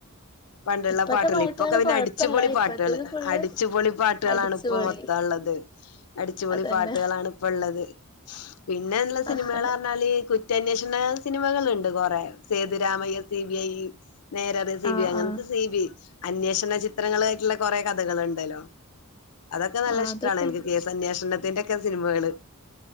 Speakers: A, on the left (about 80°); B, on the left (about 20°).
A: പണ്ട്ള്ള
B: ഇപ്പത്തെ
A: പാട്ടുകള് ഇപ്പൊക്കെ പിന്നെ
B: കൊഴപ്പല്ല
A: അടിച്ചുപൊളി
B: ഇപ്പത്തത്
A: പാട്ടുകള്
B: ഫുള്ള്
A: അടിച്ചുപൊളി പാട്ടുകളാണ്
B: അടിച്ചുപൊളി
A: ഇപ്പം മൊത്തം ഉള്ളത്. അടിച്ചുപൊളി
B: അതന്നെ
A: പാട്ട്കളാണ് ഇപ്പള്ളത്. പിന്നെള്ള സിനിമകള്
B: ആഹ്
A: പറഞ്ഞാല് കുറ്റ അന്വേഷണ സിനിമകള്ണ്ട് കുറെ സേതുരാമയ്യ, സി. ബി. ഐ നേരറിയാ സി.
B: ആഹ്
A: ബി. അങ്ങനത്തെ
B: ആഹ്
A: സി. ബി. അന്വേഷണ ചിത്രങ്ങളായിട്ട്ള്ള കൊറെ കഥകളുണ്ടല്ലോ. അതൊക്കെ നല്ല
B: ആഹ്
A: ഇഷ്ടാണ്
B: അതൊക്കെണ്ട്
A: എനിക്ക്
B: പക്ഷെ
A: കേസ് അന്വേഷണത്തിന്റെ ഒക്കെ സിനിമകള്.